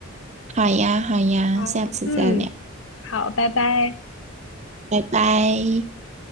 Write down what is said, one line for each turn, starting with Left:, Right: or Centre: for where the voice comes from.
Right: 好呀，好呀，
Left: 好，
Right: 下次再聊，
Left: 嗯，好，拜拜。
Right: 拜拜。